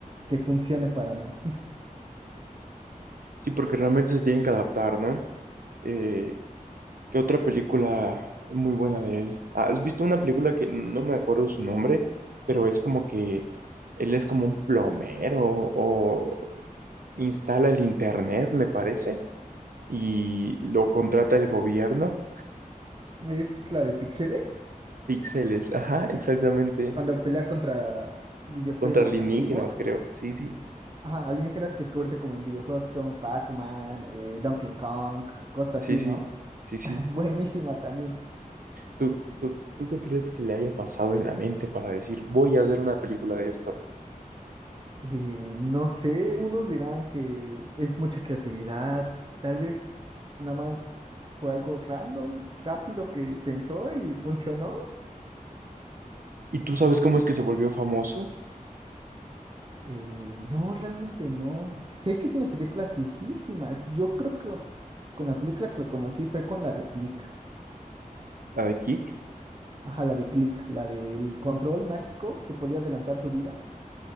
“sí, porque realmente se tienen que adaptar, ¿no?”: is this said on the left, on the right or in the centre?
Right